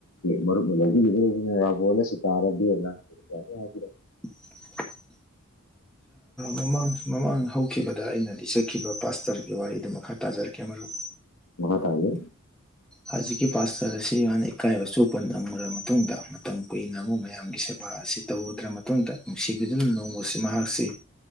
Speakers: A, on the left; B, in the centre.
A: ꯃꯔꯨꯞꯅ ꯂꯧꯕꯤꯒꯗꯧꯅꯤꯅ ꯔꯥꯕꯣꯜꯂ ꯑꯁꯤ ꯇꯥꯔꯗꯤꯂ ꯍꯥꯏ ꯌꯥꯔꯦ ꯍꯥꯏꯒ꯭ꯔ
B: <unintelligible> ꯃꯃꯥꯡ ꯃꯃꯥꯡ ꯍꯧꯈꯤꯕꯗ ꯑꯩꯅ ꯂꯤꯆꯈꯤꯕ ꯄꯥꯁꯇꯔꯒꯤ ꯋꯥꯔꯤꯗꯨ ꯃꯈꯥ ꯇꯥꯖꯔꯛꯀꯦ ꯀꯦꯃꯔꯨ
A: ꯑꯣꯀꯦ
B: ꯍꯧꯖꯤꯛꯀꯤ ꯄꯥꯁꯇꯔ ꯑꯁꯤ ꯃꯥꯅ ꯏꯀꯥꯏꯕ ꯆꯨꯄ ꯅꯪꯉꯔꯕ ꯃꯇꯨꯡꯗ ꯃꯇꯝ ꯀꯨꯏꯅ ꯑꯃꯨꯛ ꯃꯌꯥꯝꯒꯤ ꯁꯦꯕꯥ ꯑꯁꯤ ꯇꯧꯨꯗ꯭ꯔ ꯃꯇꯨꯡꯗ ꯅꯨꯡꯁꯤꯕꯤꯗꯨꯅ ꯅꯣꯡꯃꯁꯤ ꯃꯍꯥꯛꯁꯤ